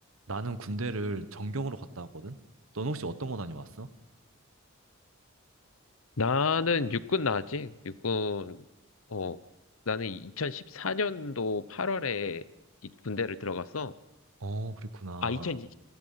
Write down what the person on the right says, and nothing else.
나는 군대를 전경으로 갔다 왔거든? 넌 혹시 어떤 거 다녀왔어?
어, 그랬구나.